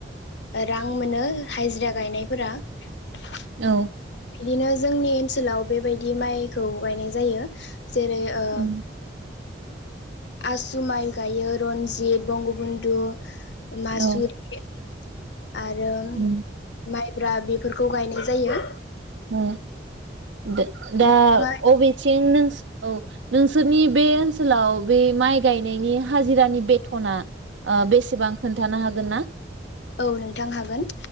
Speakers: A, on the left (about 75°); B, on the right (about 85°).
A: रां मोनो हाजिरा गायनायफोरा ।
B: औ
A: बिदिनो जोंनि ओनसोलाव बेबायदि माइखौ गायनाय जायो । जेरै ओ
B: उम
A: आसु माइ गायो रनजित बंगबन्धु मासुरखे
B: औ
A: आरो
B: उम
A: माइ ब्रा बेफोरखौ गायनाय जायो
B: ओम दो दा
A: नोंथाङा
B: अबेथिं नोंस औ नोंसोरनि बे ओनसोलाव बे माइ गायनायनि हाजिरानि बेथना ओ बेसेबां खोन्थानो हागोन ना?
A: औ नोंथां हागोन